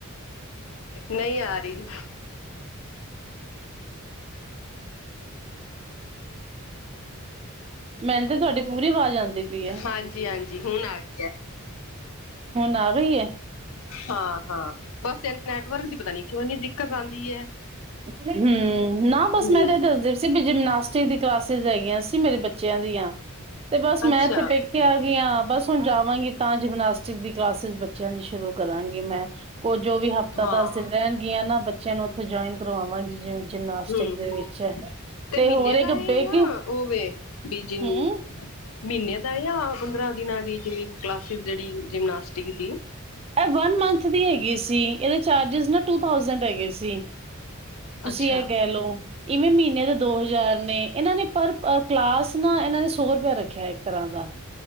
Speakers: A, on the left; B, on the right.
A: ਨਹੀਂ ਆ ਰਹੀ?
B: ਮੈਨੂੰ ਤੇ ਤੁਹਾਡੀ ਪੂਰੀ ਆਵਾਜ਼? ਆਉਂਦੀ ਪਈ ਹੈ
A: ਹਾਂਜੀ ਹਾਂਜੀ। ਜੀ ਹੁਣ ਆ ਗਈ ਹੈ।
B: ਹੁਣ ਆ ਰਹੀ ਹੈ?
A: ਹਾਂ ਹਾਂ ਬੱਸ ਇਹ ਨੈਟਵਰਕ ਦੀ? ਪਤਾ ਨੀ ਕਿਉਂ ਇੰਨੀ ਦਿੱਕਤ ਆਉਂਦੀ ਹੈ
B: ਹੂੰ ਨਾ ਬਸ
A: ਹਮ
B: ਮੈਂ ਤੇ ਦੱਸਦੀ ਸੀ? ਜਿਮਨਾਸਟਿਕ ਦੀ ਕਲਾਸਿਸ ਹੈਗੀਆਂ ਸੀ ਮੇਰੇ ਬੱਚਿਆਂ ਦੀਆਂ ਤੇ ਬਸ ਮੈਂ
A: ਅੱਛਾ
B: ਇੱਥੇ ਪੇਕੇ ਆ ਗਈ ਹਾਂ ਬਸ। ੋਂ ਹੁਣ ਜਾਵਾਂਗੀ ਤਾਂ ਜਿਮਨਾਸਟਿਕ ਦੀ ਕਲਾਸਿਸ ਬੱਚਿਆਂ ਦੀ ਸ਼ੁਰੂ ਕਰਾਂਗੀ ਮੈਂ। ਉਹ ਜੋ ਵੀ ਹਫ਼ਤਾ
A: ਹਾਂ
B: ਦਾ ਰਹਿਣਗੀਆਂ
A: ਹਮ
B: ਨਾ। ਬੱਚਿਆਂ ਨੂੰ ਉੱਥੋਂ ਜੁਇਨ ਕਰਵਾਵਾਂਗੀ। ਜਿਮਨਾਸਟਿਕ
A: ਹਮ
B: ਦੇ
A: ਹਮ
B: ਵਿੱਚ।
A: ਤੇ ਮਹੀਨੇ
B: ਹੋਰ ਇੱਕ
A: ਦਾ
B: ਬੇਕਿੰਗ
A: ਆ ਉਹਵੇ ਬੀਜੀ
B: ਹਮ
A: ਮਹੀਨੇ ਦਾ ਆ। ਪੰਦਰਾਂ ਦਿਨਾਂ ਦੀ ਜਿਵੇ ਕਲਾਸਿਸ ਜਿਹੜੀ ਜਿਮਨਾਸਟਿਕ ਦੀ
B: ਇਹ ਵਨ ਮੰਥ ਦੀ ਹੈਗੀ ਸੀ ਇਹਦੇ ਚਾਰਜਜ ਨਾ ਟੂ ਥੋਸੰਡ ਹੈਗੇ ਸੀ। ਤੁਸੀਂ
A: ਅੱਛਾ
B: ਇਹ ਕਹਿ ਲਓ। ਇਵੇਂ ਮਹੀਨੇ ਦੇ ਦੋ ਹਜ਼ਾਰ ਨੇ ਇਹਨਾਂ ਨੇ ਪਰ ਕਲਾਸ ਨਾ ਇਹਨਾਂ ਨੇ ਸੌ ਰੁਪਿਆ ਰੱਖਿਆ ਇੱਕ ਤਰ੍ਹਾਂ ਦਾ।